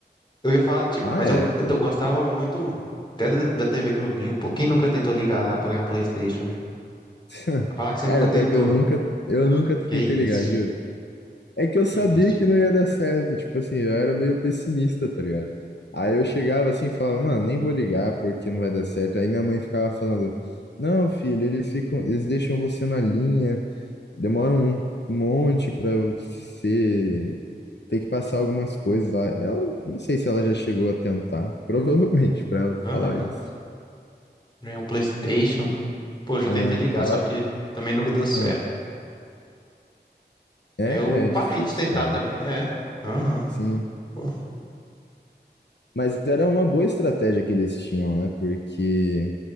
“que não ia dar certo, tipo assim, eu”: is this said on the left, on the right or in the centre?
Left